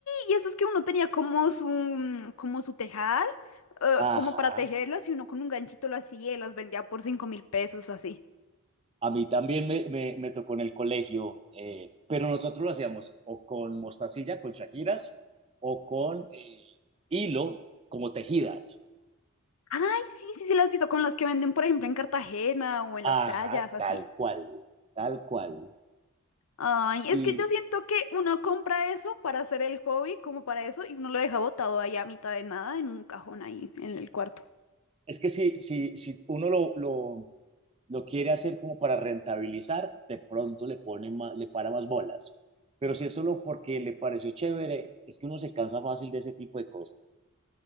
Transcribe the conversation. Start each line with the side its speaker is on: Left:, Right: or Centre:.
Left: y eso es que uno tenía como su, como su tejar, eh,
Right: Ajá.
Left: como para tejerlas, y uno con un ganchito lo hacía y las vendía por cinco mil pesos, así.
Right: A mí también me, me- me tocó en el colegio, eh, pero nosotros lo hacíamos o con mostacilla, con shakiras, o con eh, hilo, como tejidas.
Left: Ay, sí, sí, sí, las he visto con las que venden, por ejemplo, en Cartagena o en
Right: Ajá,
Left: las playas, así.
Right: tal cual, tal cual.
Left: Ay, es
Right: Y
Left: que yo siento que uno compra eso para hacer el hobby, como para eso, y uno lo deja botado ahí a mitad de nada en un cajón ahí en el cuarto.
Right: es que si, si, si uno lo, lo, lo quiere hacer como para rentabilizar, de pronto le pone ma- le para más bolas. Pero si es solo porque le pareció chévere, es que uno se cansa fácil de ese tipo de cosas.